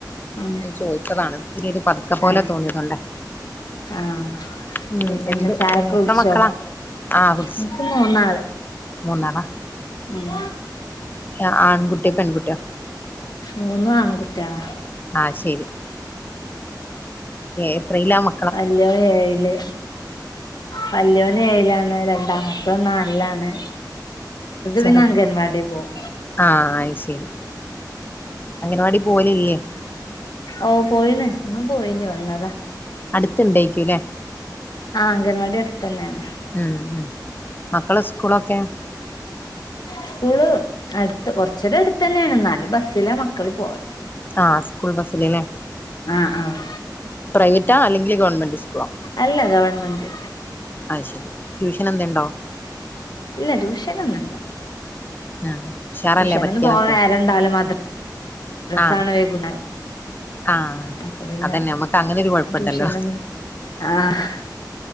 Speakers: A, on the left; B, on the left.
A: ഉം
B: ഞാൻ ചോയിച്ചതാണ് ഇത്തിരി ഒര് പതുക്കെ പോലെ
A: ആഹ്
B: തോന്നിയതോണ്ടേ.
A: ആഹ്
B: ഉം
A: പിന്നെന്താ
B: എന്തു
A: ചായൊക്കെ
B: ഏഹ് എത്ര
A: കുടിച്ചോ
B: മക്കളാ ആഹ് കുടിച്ച്.
A: എനിക്ക് മൂന്നാള്
B: മൂന്നാളാ.
A: ഉം.
B: ഏഹ് ആൺകുട്ടിയൊ പെൺകുട്ടിയൊ?
A: മൂന്നു ആണ്കുട്ട്യേളാ.
B: ആഹ് ശരി. എത്രീലാ മ
A: വല്ല്യോൻ ഏഴില്. വല്യോന് ഏഴിലാണ് രണ്ടാമത്തോൻ നാലിലാണ്.
B: ചെറുത്
A: പിന്നെ അംഗൻവാടി പോവും
B: ആഹ് അയി ശരി. അംഗനവാടി പോവലില്ല്യേ.
A: ഓഹ് പോയീണ്. ഇന്നും പോയിനി വന്നതാ.
B: അടുത്ത് ഇണ്ടേയ്ക്ക്യു ല്ലേ.
A: ആഹ് അംഗൻവാടി അടുത്തന്നേണ്.
B: ഉം ഉം മക്കള് സ്കൂളൊക്കെ
A: സ്കൂള് അടുത്ത് കൊർച്ചൊരു അടുത്തന്നെയാണ് എന്നാലും ബസ്സില മക്കള് പോവാ
B: ആഹ് സ്കൂൾ ബസ്സില് ല്ലേ
A: ആഹ് ആഹ്
B: പ്രൈവറ്റാ അല്ലെങ്കിൽ ഗവൺമെന്റ് സ്കൂളോ
A: അല്ല ഗവൺമെന്റ്
B: അത് ശരി ട്യൂഷൻ എന്തോ ഉണ്ടോ
A: ഇല്ല ട്യൂഷനൊന്നും ഇല്ല
B: ആഹ് ഉഷാറല്ലേ
A: ട്യൂഷനൊന്നും
B: പഠിക്കാനൊക്കെ
A: പോകാൻ നേരം ഉണ്ടാവൂല മദ്ര മദ്രസ്സാണ്
B: ആഹ്
A: വൈകുന്നേരം
B: ആഹ്
A: അപ്പൊ പിന്നെ
B: അതന്നെ അമ്മക്ക് അങ്ങനൊരു കൊഴപ്പണ്ടല്ലോ
A: ട്യൂഷനൊന്നും ആഹ്